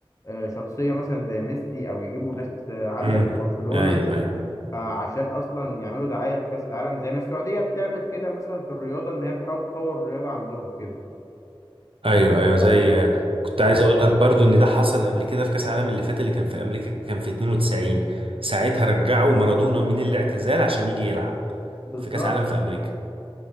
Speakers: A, on the left (about 35°); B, on the right (about 70°).
A: آه، شخصيه مثلا زي ميسي او يجيبوا ناس آه، عاليه
B: امم
A: من برشلونه
B: ايوه ايوه
A: فعشان اصلا يعملوا دعايه لكاس العالم زي ما السعوديه بتعمل كده مثلا في الرياضه ان هي بتحاول تطور الرياضه عندهم كده
B: ايوه ايوه
A: ف-
B: زي كنت عايز اقول لك برضو ان ده حصل قبل كده في كاس العالم اللي فات اللي كان في امريكا كان في 92 ساعتها رجعوا مارادونا من الاعتزال عشان يجي يلعب
A: بالظبط
B: في كاس العالم في امريكا